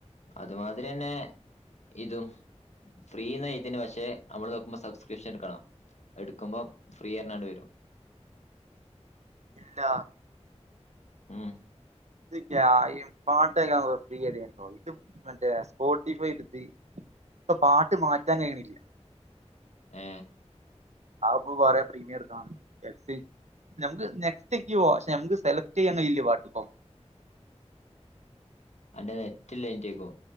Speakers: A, on the left; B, on the right.
A: അതുമാതിരിന്നെ ഇതും ഫ്രീ എന്ന് എഴുതിന് പക്ഷെ അവിടെ നോക്കുമ്പോൾ സബ്സ്ക്രിപ്ഷൻടുക്കണാം എടുക്കുമ്പോ ഫ്രീ തഞ്ഞാണ്ട് വരും
B: ഇല്ല
A: ഉം
B: ഇല്ല ഈപാട്ട് കേക്കാൻ ഫ്രീ ഇവിടെ ഉണ്ടോ മറ്റേ സ്പോട്ടിഫൈ എടുത്തി ഇപ്പം പാട്ട് മാറ്റാൻ കഴിയണില്ല
A: ഏ
B: അ ഇപ്പം പറയ പ്രീമിയം എടുകണന്ന് എഫ്സി നമ്മക്ക് നെക്സ്റ്റ്ക് പോവാ പക്ഷെ നമുക്ക് സെലക്ട് ചെയ്യണ ഇല്ല പാട്ടിപ്പോം
A: അന്റെ നെറ്റ് ഇല്ലായിട്ടെക്കും